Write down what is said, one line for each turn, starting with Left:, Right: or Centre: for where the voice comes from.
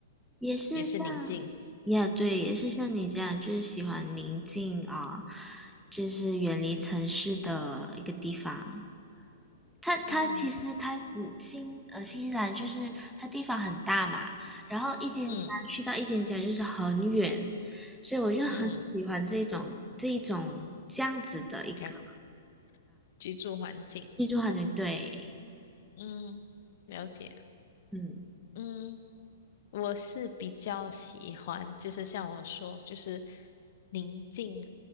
Centre: 也是像，
Left: 也是宁静。
Centre: 呀，对，也是像你这样，就是喜欢宁静啊，就是远离城市的一个地方。它它其实它嗯新呃新西兰就是它地方很大嘛，
Left: 嗯
Centre: 然后一间家去到一间家就是很远，
Left: 嗯
Centre: 所以我就很喜欢这种这一种这样子的一个
Left: 嗯，看居住环境。
Centre: 居住环境。对，
Left: 嗯，了解。
Centre: 嗯，
Left: 嗯。我是比较喜欢，就是像我说，就是宁静，